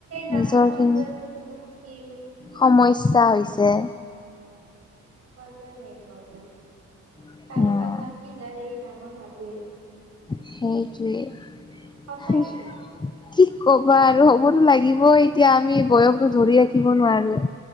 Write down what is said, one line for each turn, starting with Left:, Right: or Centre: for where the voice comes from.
Right: ডাঙৰ
Left: নিজৰ
Right: হোৱাটোৱেতো
Left: খিনি
Right: মুস্কিল
Left: সমস্যা হৈছে।
Right: সেইটো মেইন প্ৰব্লেম
Left: আহ
Right: চাৰিফাকাত কি যাৰ ডাঙৰ হোৱাটোৱেই
Left: সেইটোৱে
Right: সঁচাকে
Left: কি কবা আৰু হ'বতো লাগ- থাগিব এতিয়া আমি বয়সতটো ধৰি ৰাখিব নোৱাৰো।